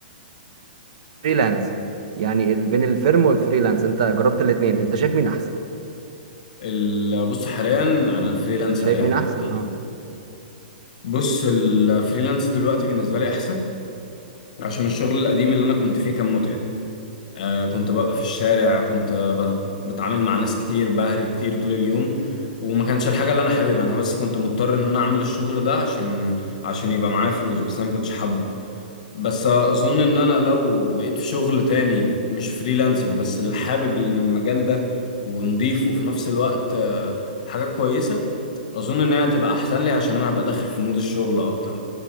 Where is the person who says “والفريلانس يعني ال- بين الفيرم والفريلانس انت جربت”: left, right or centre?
Right